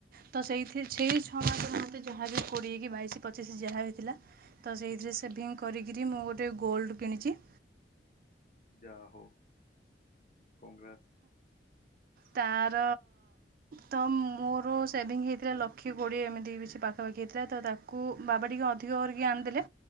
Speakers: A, on the right; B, on the left.
A: ତ ସେଇଥି ସେଇ ଛଅ ମାସ ମେତେ ଯାହାବି କୋଡିଏ କି ବାଇଶି ପଚିଶି ଯାହା ବିଥିଲା ତ ସେଇଥିରେ
B: ହୁଁ
A: ସେଭିଙ୍ଗି କରିକି ମୁଁ ଗୋଟେ ଗୋଲ୍ଡ କିଣିଛି।
B: ଯା ହଉ କଗ୍ରୋଯୁଲେସନ୍।
A: ତାର ତ ମୋର ସେଭିଙ୍ଗି ହେଇଥିଲା ଲକ୍ଷେ କୋଡ଼ିଏ ଏମିତି କିଛି ପାଖାପାଖି ହେଇଥିଲା ତ ତାକୁ କୁ ବାବା ଟିକେ ଅଧିକ କରିକି ଆଣିଦେଲେ